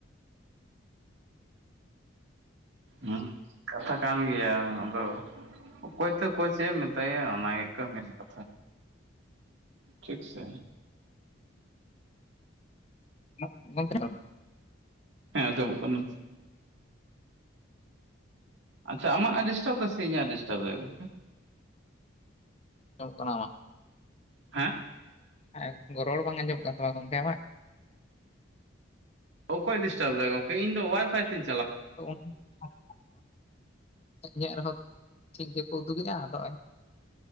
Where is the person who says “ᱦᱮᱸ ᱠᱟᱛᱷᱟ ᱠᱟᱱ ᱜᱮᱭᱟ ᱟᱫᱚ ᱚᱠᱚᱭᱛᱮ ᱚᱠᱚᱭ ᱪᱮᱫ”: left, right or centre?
Right